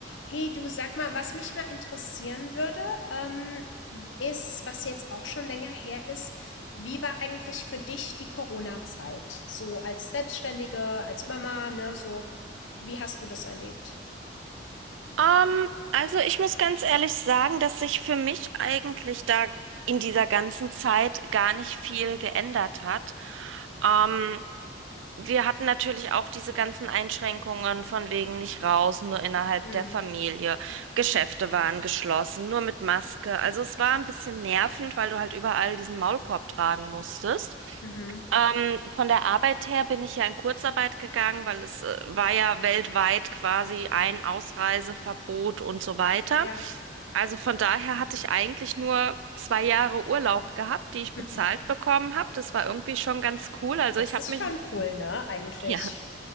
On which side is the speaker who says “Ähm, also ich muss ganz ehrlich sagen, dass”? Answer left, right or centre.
Right